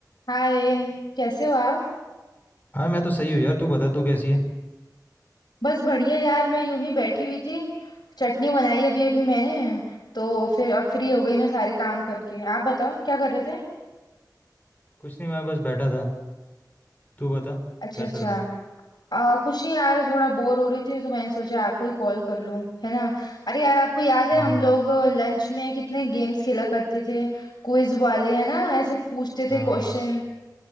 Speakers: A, on the left; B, on the left.
A: हाय कैसे हो आप
B: हाँ मैं तो सही हूँ यार तू बता तू कैसी है
A: बस बढ़िया यार मैं यूं ही बैठी हुई थी चटनी बनाई अभी अभी मैंने तो फिर अब फ्री हो गई मैं सारे काम करके आप बताओ क्या कर रहे थे
B: कुछ नहीं मैं बस बैठा था तू बता
A: अच्छा
B: क्या
A: अच्छा
B: चल रहा है
A: आ, कुछ नहीं यार थोड़ा बोर हो रही थी तो मैंने सोचा आपको ही कॉल कर लूं है ना अरे यार आपको याद है
B: हम्म
A: हम लोग लंच में कितने गेम्स खेला करते थे क्विज वाले है ना ऐसे पूछते थे
B: हाँ
A: क्वेश्चन